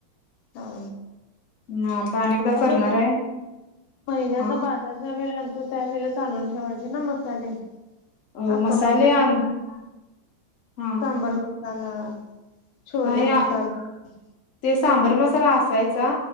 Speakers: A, on the left (about 85°); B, on the left (about 65°).
A: हा
B: ना आता अनेकदा करणार
A: आपण
B: आहे
A: महिन्याचा
B: हा
A: बाजारचा वेळ आणतो त्या वेळेच आणून ठेवायचे ना मसाले
B: अ
A: अका
B: मसाले
A: मसूर
B: आण
A: मसाारी
B: हा
A: सांबार मो मसाला छोले
B: नाही
A: मसाला
B: आ ते सांबर मसाला असायचा